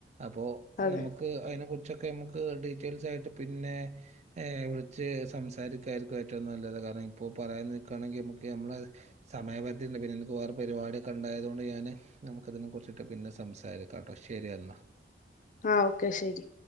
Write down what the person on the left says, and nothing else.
അതെ
ആഹ, ഓക്കെ ശെരി.